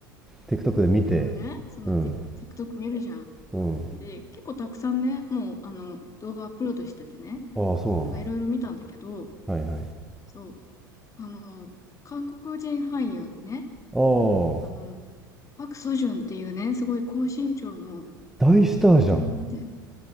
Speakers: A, in the centre; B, on the left (about 30°).
A: TikTok で見て。
B: や、あのね、その、
A: うん。
B: ティ TikTok 見るじゃん。
A: うん。
B: で、結構たくさんね、もう、あの、動画アップロードしててね、
A: ああ、そう
B: なんかいろいろ見たんだけど、
A: なんだ。はいはい。あ
B: そう、あの、韓国人俳優のね、
A: あ、
B: あの、パク・ソジュンっていうね、すごい高身長の
A: 大スターじゃん。
B: 人に似てるの。